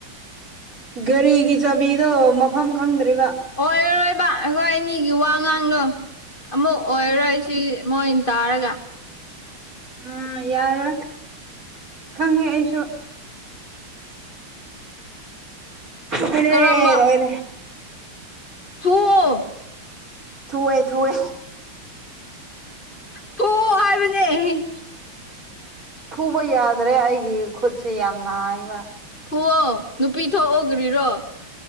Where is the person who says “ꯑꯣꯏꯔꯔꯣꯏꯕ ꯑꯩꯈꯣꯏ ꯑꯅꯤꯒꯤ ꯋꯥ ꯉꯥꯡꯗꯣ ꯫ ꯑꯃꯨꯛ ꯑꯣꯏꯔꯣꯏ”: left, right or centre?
Left